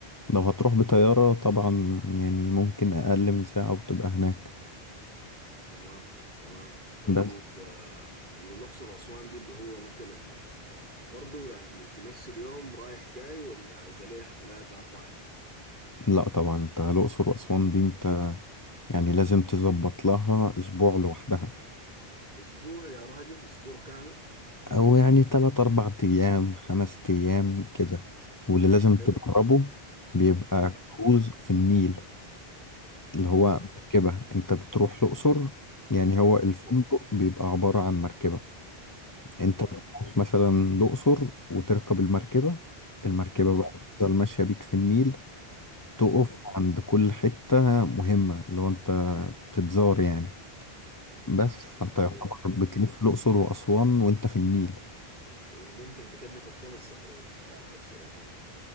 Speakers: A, on the left; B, on the right.
A: لو هتروح بطيارة طبعا يعني ممكن أقل من ساعة وتبقى هناك
B: تمام تمام طيب
A: بس
B: آه، والاقصر واسوان دي اللي هو مثلا برضو يعني في نفس اليوم رايح جاي ولا عايزة ليها ثلاثة أربع أيام
A: لا طبعا انت الأقصر وأسوان دي انت يعني لازم تظبط لها أسبوع لوحدها
B: أسبوع يا راجل أسبوع كامل
A: او يعني تلات اربع ايام خمس ايام كده واللي لازم
B: حلو
A: تجربه بيبقى
B: ها
A: كروز في النيل اللي هو
B: ها
A: مركبة انت بتروح الاقصر يعني هو الفندق
B: اوكي
A: بيبقى عبارة عن مركبة انت
B: تمام
A: بتروح مثلا الاقصر وتركب المركبة المركبة
B: ها
A: بقى بتفضل ماشية بيك في النيل تقف
B: حلو
A: عند كل حتة مهمة اللي هو انت تتزار يعني بس فانت
B: جميل
A: يعتبر بتلف
B: جميل
A: الاقصر واسوان وانت في النيل
B: وممكن تكلفك كم السفرة دي بتاعت الأقصر أسوان